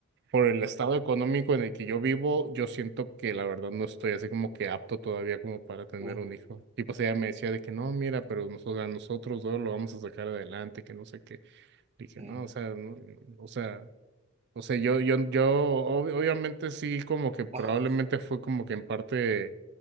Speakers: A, on the right (about 55°); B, on the right (about 30°).
A: Por el estado económico en el que yo vivo, yo siento que la verdad no estoy así como que apto todavía como para tener
B: Ujú,
A: un hijo. Y pues ella me decía de que no, mira, pero nosotros, a nosotros dos lo vamos a sacar adelante, que no sé qué. Dije,
B: ujú.
A: no, o sea, no, o sea. O sea, yo, yo, yo ob- obviamente sí, como que probablemente
B: Ajá.
A: fue como que en parte,